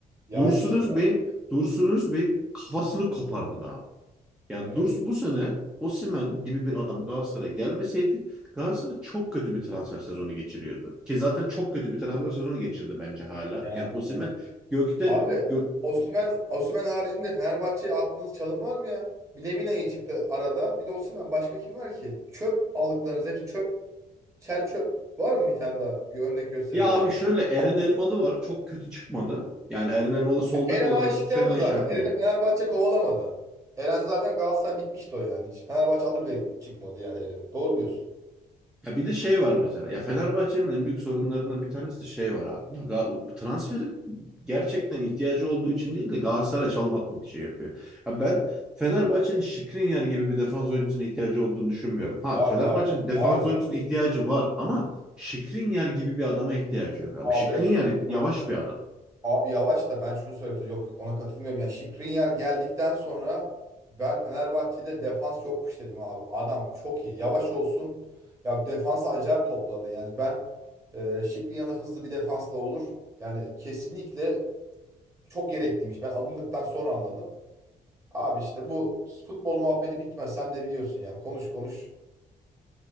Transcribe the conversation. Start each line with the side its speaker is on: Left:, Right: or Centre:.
Right: Yaymıştır
Centre: Dursun Özbey'in
Right: abi
Centre: Dursun Özbey'in kafasını kopardı yani
Right: öyle.
Centre: Durs bu sene Osimhen gibi bir adam Galatasaray'a gelmeseydi Galatasaray çok kötü bir transfer sezonu geçiriyordu. Ki zaten çok kötü bir transfer sezonu geçirdi bence hala.
Right: Yani
Centre: Yani Osimhen
Right: ya.
Centre: gökten
Right: Abi
Centre: gök
Right: Osimhen, Osimhen haricinde Fenerbahçe'ye attığınız çalım var mı ya? Bir Lemina iyi çıktı arada. Bir de Osimhen. Başka kim var ki? Çöp aldıklarınız hepsi çöp Çel çöp var mı bir tane daha bir örnek gösterebileceğin?
Centre: ya abi şöyle Eren Elmalı var. Çok kötü çıkmadı. Yani Eren Elmalı sol
Right: Eren
Centre: bek olarak
Right: aşikardı
Centre: fena
Right: zaten.
Centre: iş yapmıyor.
Right: Eren'i Fenerbahçe kovalamadı. Eren zaten Galatasaray bitmişti o yani. Hiç Fenerbahçe adı bile çıkmadı yani Eren'in. Doğru diyorsun.
Centre: Ya bir de şey var mesela. Ya Fenerbahçe'nin en büyük sorunlarından bir tanesi de şey var abi. Ya Ga- transfer gerçekten ihtiyacı olduğu için değil de Galatasaray'a çalım atmak için yapıyor. Ya ben Fenerbahçe'nin
Right: Evet.
Centre: Skriniar gibi bir defans oyuncusuna ihtiyacı olduğunu düşünmüyorum. Ha
Right: Var
Centre: Fenerbahçe'nin
Right: var.
Centre: defans
Right: Vardı.
Centre: oyuncusuna ihtiyacı var ama Skriniar gibi bir adama ihtiyacı yok abi.
Right: Abi
Centre: Skriniar yavaş
Right: bak,
Centre: bir adam.
Right: abi yavaş da ben şunu söyleyeyim sana. Yok yok ona katılmıyorum. Yani Skriniar geldikten sonra ben Fenerbahçe'de defans yokmuş dedim abi. Adam çok iyi. Yavaş olsun. Ya defansı acayip topladı. Yani ben e, Skriniar'ın hızlı bir defansla olur. Yani kesinlikle Çok gerekliymiş. Ben alındıktan sonra anladım. Abi işte bu futbol muhabbeti bitmez. Sen de biliyorsun yani. Konuş konuş.